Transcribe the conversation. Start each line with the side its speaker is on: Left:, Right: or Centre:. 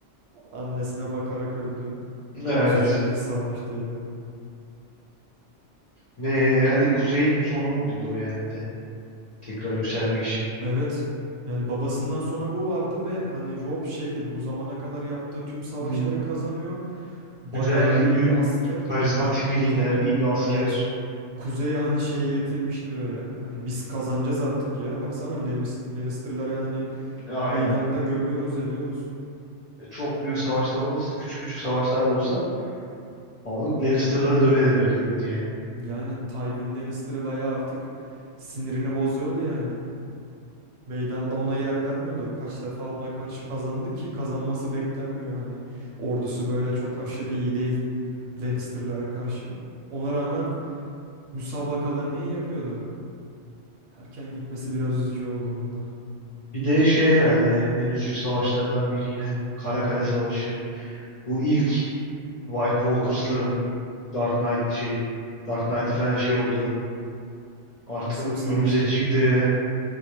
Right: Annesine bakarak öldü.
Left: Evet.
Right: Üzücü bir savaştı ya.
Left: Ne, herhalde Kuzey'in sonu muydu o yani bir de. Tekrar yükselmek için.
Right: Evet. Yani babasından sonra bu vardı ve hani Rob şeydi bu zamana kadar yaptığı tüm savaşları
Left: Hı.
Right: kazanıyor. Bayağı
Left: Güzel bir
Right: iyi
Left: büyük
Right: bir asker,
Left: karizmatik
Right: bir komutan.
Left: bir lider, iyi bir asker.
Right: Evet. Kuzey'e hani şeyi getirmişti böyle. Hani biz kazanacağız artık ya. Baksana Lemis- Lannister'ları hani
Left: Aynen.
Right: meydanda gömüyoruz ediyoruz.
Left: Çok büyük savaşlar olmasa da küçük küçük savaşlar da olsa ama Lannister'ları döveri döve geliyordu yani.
Right: Yani Tywin Lannister'ı bayağı artık sinirini bozuyordu yani. Meydanda ona yer vermiyordu. Kaç defa ona karşı kazandı ki kazanması beklenmiyor hani. Ordusu böyle çok aşırı iyi değil Lannister'lara karşı. Ona rağmen müsabakalarını iyi yapıyordu. Erken gitmesi biraz üzücü oldu onun da.
Left: Bir de şey herhalde en üzücü savaşlardan biri yine. Karakale Savaşı. Bu ilk White Walkers'ların Dark Knight şey Dark Knight'ı falan şey oldu. Artık
Right: Nasıl
Left: önümüze
Right: bir savaştı
Left: çıktı.
Right: ya?